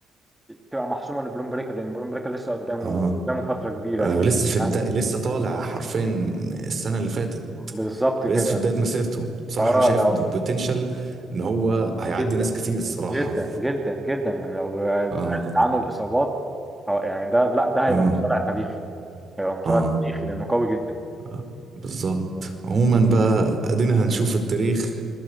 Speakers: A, in the centre; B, on the right.
A: تبقى محسومة لبرون بريكر لأن برون بريكر لسه قدامه
B: اه
A: قدامه فترة كبيرة
B: آه
A: شوية.
B: لسه في
A: يعني
B: بدا... لسه طالع حرفيا السنة اللي فاتت
A: بالظبط كده
B: لسه في بداية مسيرته بصراحة
A: فاه
B: أنا شايف
A: لو
B: بوتنشال إن هو هيعدي
A: جدا
B: ناس كتير الصراحة
A: جدا جدا جدا يعني لو
B: آه
A: بعدت عنه الإصابات آه، يعني ده لا ده هيبقى
B: آه
A: مصارع تاريخي هيبقى مصارع
B: آه,
A: تاريخي لأنه قوي جدا
B: آه. بالظبط عموما بقى أدينا هنشوف التاريخ